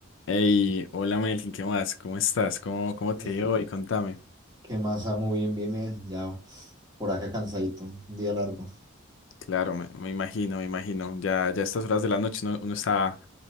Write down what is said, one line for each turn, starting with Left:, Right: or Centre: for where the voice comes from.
Left: Hey, hola Melkin, ¿qué más? ¿Cómo estás? ¿Cómo, cómo te
Right: Eh,
Left: ha ido hoy? Contame.
Right: ¿qué más, Samu? Bien, bien, bien. Ya por acá cansadito, un día largo.
Left: Claro, me, me imagino, me imagino. Ya, ya a estas horas de la noche uno, uno está